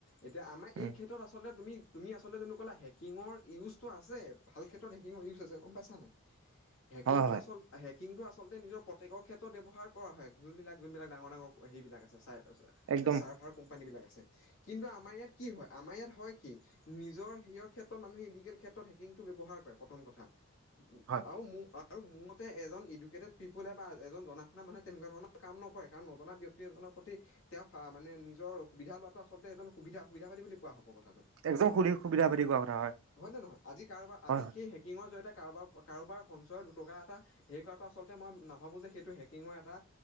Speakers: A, on the left (about 60°); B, on the right (about 65°).
A: এতিয়া আমাৰ
B: উম
A: এই ক্ষেত্ৰত আচলতে তুমি তুমি আচলতে যোনটো ক'লা হেকিঙৰ ইউজ সেইটো আছে ভাল ক্ষেত্ৰত হেকিঙৰ ইউচ আছে গম পইছা নাই হেকিঙ
B: হয়
A: টো
B: হয়
A: আচলতে কিং টো আচলতে নিজৰ প্ৰত্যেকৰ ক্ষেত্ৰত ব্যৱহাৰ কৰা হয় যোনবিলাক যোনবিলাক ডাঙৰ ডাঙৰ হেৰিবিলাক আছে চাই
B: একদম
A: ত চাৰ্ভাৰ কোম্পানী বিলাক আছে কিন্তু আমাৰ ইয়াত কি হয় আমাৰ ইয়াত হয় কি নিজৰ হেয়ৰ ক্ষেত্ৰত মানুহে ইলিগেল ক্ষেত্ৰত হেকিংটো ব্যৱহাৰ কৰে প্ৰথম কথা
B: হয়
A: আৰু ম আৰু মোৰ মতে এজন এডুকেটেড পিপুললে বা এজন জনাশুনা মানুহে তেনেকোৱা ধৰণৰ কাম নকৰে কাৰ নজনা ব্যক্তি এজনৰ ওপৰত তেওঁ মানে নিজৰ সুবিধা লোৱাটো আচলতে এজন সুবিধা সুবিধাাবাদী বুলি কোৱা হ'ব।
B: একদম
A: আচলতে
B: সুধি সুবিধা পাতি কোৱা কথা
A: হয় নে নহয় আজি কাৰোবাৰ আজি
B: হয়
A: সেই হেকিঙৰ জৰিয়তে। কাৰোবাৰ সঞ্চয়ৰ দুটকা এটা হেৰি কৰা টো আচলতে মই নাভাবোঁ যে সেইটো হেকিংৰ এটা